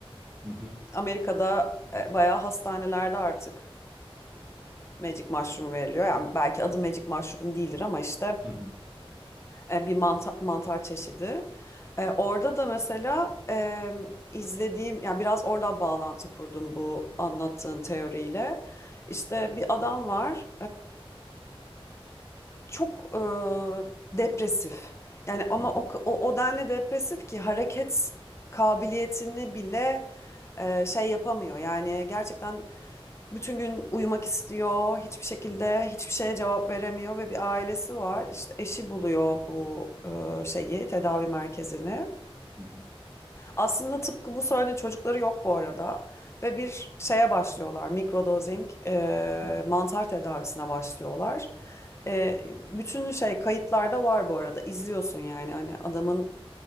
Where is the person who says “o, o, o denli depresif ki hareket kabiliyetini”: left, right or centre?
Left